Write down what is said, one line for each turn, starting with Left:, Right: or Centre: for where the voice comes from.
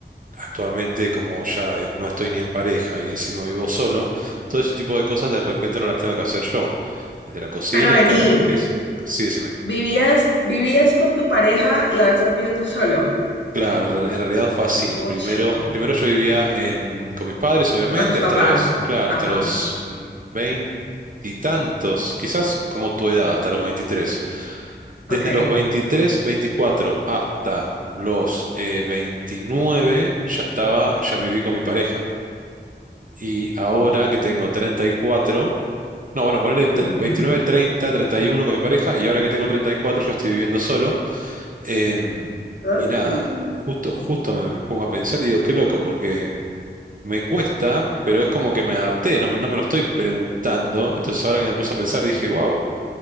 Right: actualmente, como ya eh, no estoy ni en pareja y encima vivo solo, todo ese tipo de cosas de repente no las tengo que hacer yo, desde la cocina
Left: Pero vení,
Right: hasta la limpieza. Sí, decime.
Left: vivías, vivías con tu pareja y ahora estás viviendo solo.
Right: Claro, en re- en realidad fue así.
Left: Pucha.
Right: Primero, primero yo vivía em, con mis padres, obviamente,
Left: Con tus
Right: hasta
Left: papás.
Right: los, claro,
Left: Ajá,
Right: hasta los mm, veintitantos, quizás como tu edad, hasta los veintitrés.
Left: ok.
Right: Desde los 23, 24 hasta los eh, 29 ya estaba, ya viví con mi pareja. Y ahora
Left: Oh,
Right: que tengo 34 no, bueno, ponerle
Left: ujú.
Right: veintinueve treinta treinta y uno con mi pareja y ahora que tengo 34 ya estoy viviendo solo. Em,
Left: Oh.
Right: y nada, justo, justo me, me pongo a pensar y digo, qué loco, porque me cuesta, pero es como que me adapté, no, me- no me lo estoy preguntando. Entonces ahora que me puse a pensar dije, wow,